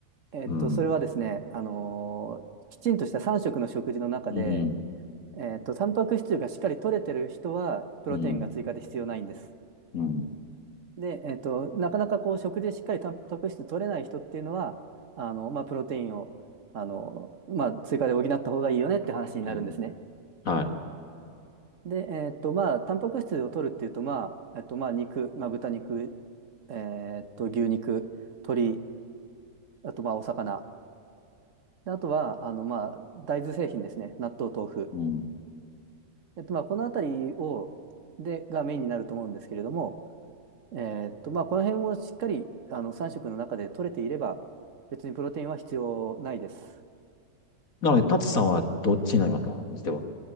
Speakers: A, on the right; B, on the left.
A: えっと、
B: うん。
A: それはですね、あのーきちんとした3食の食事の中で、
B: うん。
A: えっと、タンパク質がしっかり取れてる人は、プロテインが追加で必要ないんです。
B: うん。うん。
A: で、えっと、なかなかこう、食事でしっかりタンパク質取れない人っていうのは、あの、まあ、プロテインを、あの、まあ、追加で補った方がいいよねって話になるんですね。
B: うんは
A: で、えっと、まあ、タンパク質を取るっていうと、まあ、えっと、まあ、肉、まあ、豚肉、えっと、牛肉、鶏、あと、まあ、お魚。であとは、あの、まあ、大豆製品ですね。納豆、豆腐。
B: い。うん。
A: えっと、まあ、このあたりを、で、がメインになると思うんですけれども、えーっと、まあ、この辺をしっかり、あの、3食の中で取れていれば、別にプロテインは必要ないです。
B: なので、タツさんはどっちになりますかでは。